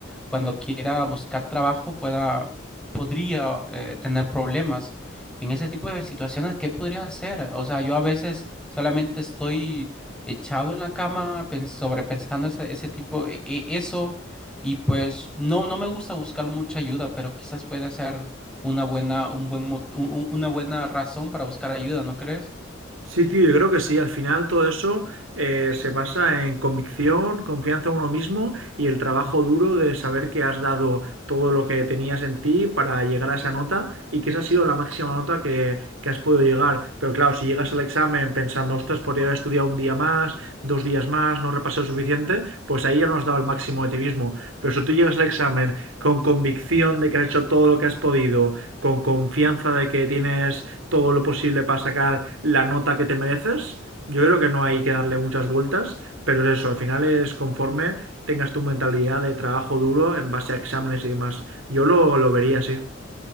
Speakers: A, in the centre; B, on the right.
A: cuando quiera buscar trabajo pueda, podría eh, tener problemas. En ese tipo de situaciones, ¿qué podría hacer? O sea, yo a veces solamente estoy echado en la cama pens- sobrepensando ese, ese tipo, e- e- eso, y pues no, no me gusta buscar mucha ayuda, pero quizás puede ser una buena, un buen, mo- un- un- una buena razón para buscar ayuda, ¿no crees?
B: Sí, tío, yo creo que sí. Al final todo eso eh, se basa en convicción, confianza en uno mismo y el trabajo duro de saber que has dado todo lo que tenías en ti para llegar a esa nota y que esa ha sido la máxima nota que, que has podido llegar. Pero claro, si llegas al examen pensando, ostras, podría haber estudiado un día más, dos días más, no repasé lo suficiente, pues ahí ya no has dado el máximo de ti mismo. Pero si tú llegas al examen con convicción de que has hecho todo lo que has podido, con confianza de que tienes todo lo posible para sacar la nota que te mereces, yo creo que no hay que darle muchas vueltas, pero es eso, al final es conforme tengas tu mentalidad de trabajo duro en base a exámenes y demás. Yo lo, lo vería así.